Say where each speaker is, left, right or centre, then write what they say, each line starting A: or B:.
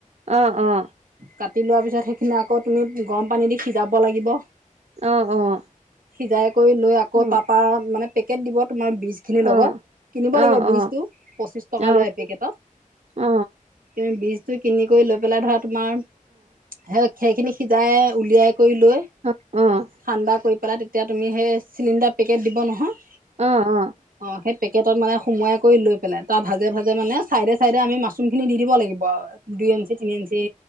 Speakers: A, on the right (about 50°); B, on the right (about 85°).
A: অ' অ'
B: কাটি লোৱা পিছত সেইখিনি আকৌ তুমি গৰম পানী দি সিজাব লাগিব।
A: অ' অ'
B: সিজাই কৰি লৈ আকৌ
A: অ
B: তাপা মানে পেকেট দিব তোমাৰ বিজ খিনিৰ
A: অ
B: লগত কিনিব
A: অ অ
B: লাগিব
A: অ
B: বীজ টো পঁচিছ টকা
A: অ
B: লয় এপেকেটত
A: অ অ
B: তুমি বীজটো কিনি কৰি লৈ পেলাই ধৰা তোমাৰ সেই খেৰ খিনি সিজাই উলিয়াই কৰি লৈ
A: অ' অ'
B: ঠাণ্ডা কৰি পেলাই তেতিয়া তুমি সেই চিলিণ্ডাৰ পেকেট দিব নহয়
A: অ'অ'
B: অ'সেই পেকেটত মানে সুমোৱাই কৰি লৈ পেলাই তাৰ ভাজে, ভাজে মানে চাইডে, চাইডে আমি মাছৰুম খিনি দি দিব লাগিব <unintelligible> দুই ইঞ্চি, তিন ইঞ্চি